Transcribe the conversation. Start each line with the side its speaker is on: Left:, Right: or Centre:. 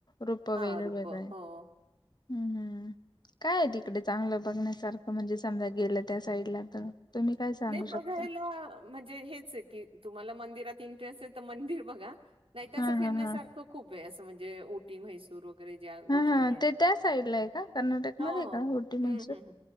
Left: रूप वेगळे
Right: हा, रूपं.
Left: वेगळे
Right: हो. <inaudible>
Left: हम्म हम्म काय आहे तिकडे चांगलं बघण्यासारखं? म्हणजे समजा गेलं त्या साईडला तर. तुम्ही काय सांगू
Right: नाही बघायला
Left: शकता
Right: म्हणजे हेच आहे की, तुम्हाला मंदिरात इंटरेस्ट आहे तर मंदिर बघा नाहीतर अस
Left: हा
Right: फिरण्यासारखं
Left: हा हा
Right: खूप आहे, असं म्हणजे उट उटी, म्हैसूर वगैरे ज्या गोष्टी
Left: हा हा
Right: आहे,
Left: ते त्या साईडला आहे का कर्नाटक मध्ये
Right: हो हो
Left: का उटी म्हैसूर
Right: हम्म हं ह